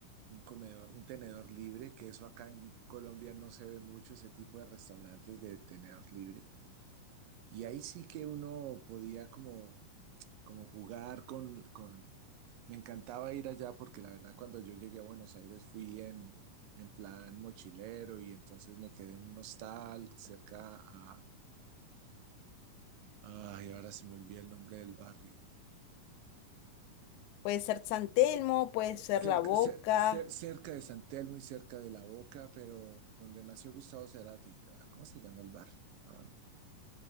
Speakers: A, on the right; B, on the left.
A: un comedor, un tenedor libre, que eso acá en Colombia no se ve mucho, ese tipo de restaurantes de tenedor libre. Y ahí sí que uno podía como, como jugar con, con... Me encantaba ir allá porque la verdad cuando yo llegué a Buenos Aires fui en, en plan mochilero y entonces me quedé en un hostal cerca a... Ay, ahora se me olvida el nombre del barrio.
B: Puede ser San Telmo, puede ser
A: Cerca,
B: La Boca,
A: cer- cer- cerca de San Telmo y cerca de La Boca, pero donde nació Gustavo Cerati. Ah, ¿Cómo se llama el barrio? Ah,